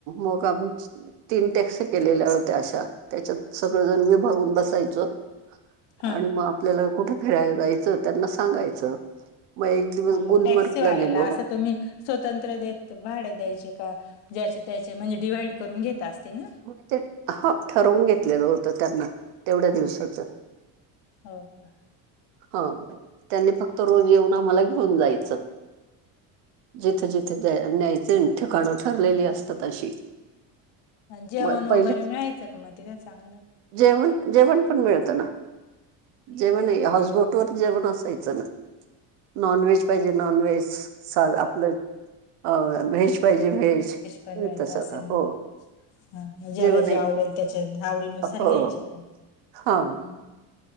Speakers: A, on the right (about 80°); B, on the left (about 70°).
A: मग आम्ही ची तीन टॅक्सी केलेल्या होत्या अशा त्याच्यात सगळंजण विभागून बसायचो.
B: हा
A: आणि म आपल्याला कुठ फिरायला जायचं त्यांना सांगायचं. मग एक दिवस
B: हा म
A: गुलमर्गला
B: टॅक्सीवाल्याला
A: गेलो
B: असं तुम्ही स्वतंत्र देत भाडे द्यायचे का ज्याचे त्याचे म्हणजे डिव्हाइड करून घेत असतील ना.
A: म ते हो ठरवून घेतलेलं होतं त्यांना तेवढ्या दिवसाचं.
B: हो का
A: ह त्यांनी फक्त रोज येऊन आम्हाला घेऊन जायचं. जिथे जिथे जाय न्यायचय नं ठिकाणं ठरलेली असतात अशी
B: जेवण
A: म
B: वगैरे
A: पहिलीच
B: मिळायचं का मग तिथे चांगलं
A: जेवण जेवण पण मिळतं ना जेवण
B: हो
A: ही
B: का,
A: हाऊसबोट वर जेवण असायचं ना. नॉन व्हेज पाहिजे नॉन व्हेज साधं आपलं अ व्हेज पाहिजे व्हेज
B: पण
A: मिळत सगळं
B: असेल मग
A: हो.
B: हा ज्याला
A: जेवण
B: जे आवडेल त्याच्या आवडीनुसार
A: हो
B: घ्यायचे का हु
A: हां